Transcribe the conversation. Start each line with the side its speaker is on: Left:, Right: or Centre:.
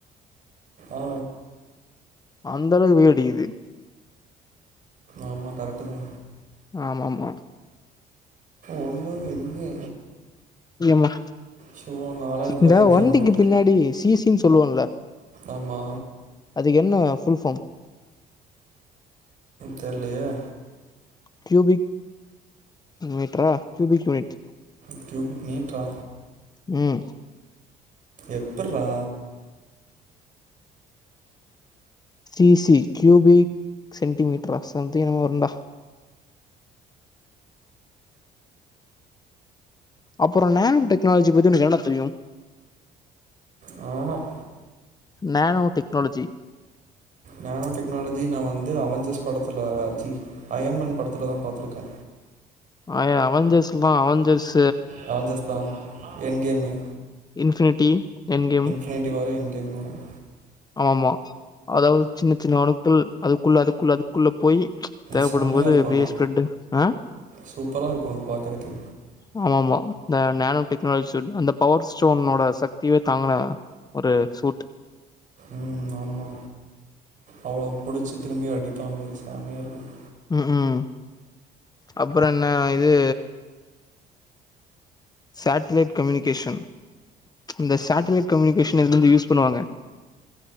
Right: ஆ
Left: அந்தளவுக்கு வெயிலடிக்குது
Right: ஆமா கரெக்டுதா
Left: ஆமாமா
Right: ஒழுங்காவே எதுவுமே
Left: எம்மா
Right: ஷோ நாளான்னைக்கு
Left: இந்தா
Right: வேற எக்ஸாம்
Left: வண்டிக்கு
Right: இருக்கு
Left: பின்னாடி சீ சீ ன்னு சொல்லுவன்ல்ல
Right: ஆமா
Left: அத என்ன ஃபுல் ஃபார்ம்
Right: தெர்லயே
Left: கியூபிக் மீட்ரா கியூபிக் யூனிட்
Right: கியூபிக் மீட்ரா
Left: ம்
Right: எப்பட்ரா
Left: சி சி கியூபிக் சென்டிமீட்ரா சம்திங் எதோ வருன்டா அப்புற நேனோ டெக்னாலஜி பத்தி உனக்கு என்னடா தெரியு
Right: ஹு ஹும்
Left: நேனோ டெக்னாலஜி
Right: நேனோ டெக்னாலஜி நா வந்து அவஞ்சர்ஸ் படத்துல சி அயர்ன்மேன் படத்துல தா பாத்துருக்கே
Left: ஆய அவஞ்சர்ஸ்ல்லா அவஞ்சர்ஸ்
Right: அவஞ்சர்ஸ்தா எண்ட்கேமே
Left: இன்ஃபினிட்டி எண்ட் கேம்
Right: இன்பினிட்டியு வரும் எண்ட் கேம்மு வரும்
Left: ஆமா அதாவது சின்ன சின்ன அணுக்கள் அதுக்குள்ள அதுக்குள்ள அதுக்குள்ள போய் தேவைப்படும்
Right: செம்மயா
Left: போது
Right: இருக்கு
Left: அப்டியே
Right: ஆனா
Left: ஸ்ப்ரெட் ஆ
Right: சூப்பரா இருக்கு அது பாக்குறதுக்கு
Left: ஆமா ஆமா நே நேனோ டெக்னாலஜி சூட் அந்த பவர் ஸ்டோனோட சக்தியே தாங்குன ஒரு சூட்
Right: ம் ஆமா அவள புடிச்சு திரும்பி அடிப்பான் பாரு செமயா இருக்கும்
Left: ம் ம் அப்புற என்ன இது சாட்டிலைட் கம்யூனிகேஷன் இந்த சாட்டிலைைட் கம்யூனிகேஷன் இதுல ந்து யூஸ் பண்ணுவாங்க